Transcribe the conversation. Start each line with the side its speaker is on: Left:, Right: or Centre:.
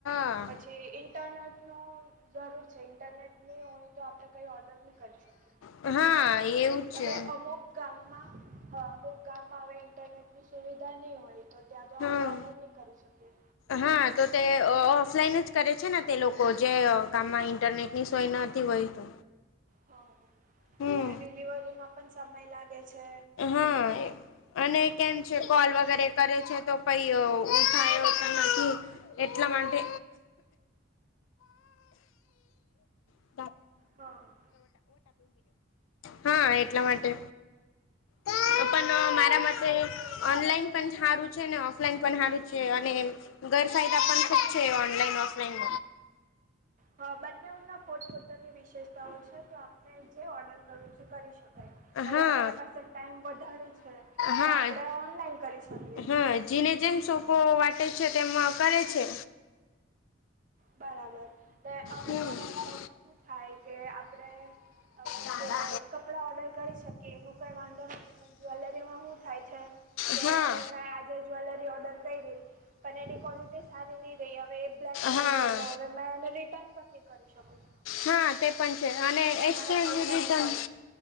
Left: હા
Right: પછી ઇન્ટરનેટ જરૂર છે ઇન્ટરનેટની હોય તો આપડણે કઈ ઓર્ડર નહી કરીશકીએ
Left: હા એવું
Right: હવે
Left: છે
Right: અમુક ગામમાં અમુક ગામમાં હવે ઇન્ટરનેટની સુવિધા નહી હોય તો ત્યાં તો
Left: હા
Right: આપણે ઓર્ડર નહીં કરી શકીએ
Left: હા તો તે ઓફલાઈન જ કરે છે ને તે લોકો જે કામમાં ઇન્ટરનેટ ની સોનય વહી તો
Right: હ
Left: હમ
Right: ને ડિલિવરીમાં પણ સમય લાગે છે
Left: હા અને કેમ છે કોલ વગેરે કરે છે તો પ ઉપ ઉઠાયે એવુ પણ નથી એટલા માટે <unintelligible> <unintelligible>
Right: હા
Left: હા એટલા માટે મારા
Right: ને આજકાલ
Left: માટે
Right: તો
Left: ઓનલાઈન પણ હારું છે ને ઓફલાઈન પણ હારું છે અને ઘર સાાયદા પણ ખૂબ છે ઓનલાઈન ઓફલાઈન
Right: હા બંનેના પોત પોતા ની વિશેષતાઓ છે તો આપણે જે ઓર્ડર કરવું છે એ કરી શકો હવે
Left: હા
Right: આપણી પાસે ટાઈમ વધારે છે
Left: હા
Right: તો આપડે ઓનલાઈન કરી શકીએ
Left: હા જેને જેમ સોંપો વાટે છે તેમ કરે છે
Right: બરાબર ને અમુક
Left: હમ્મ
Right: <unintelligible> શું થાય કે આપણે હવે
Left: હા
Right: જો કપડા ઓર્ડર કરી શકીએ એનું કઈ વાંધો નથી પણ જ્વેલરીમાં હુ થાય છે કે
Left: હા
Right: હવે મે જ્વેલરી ઓર્ડર કરી રહી પણ એની ક્વોલિટી સારી નહી રહી હવે બ્લેક
Left: હા
Right: થયે ગયે તો હવે મે રિટર્ન પણ નહી કરી શકું
Left: હા તે પણ છે અને
Right: ને
Left: એક્સચેન્જ
Right: મારા પૈસા
Left: રિટર્ન
Right: બી જાય છે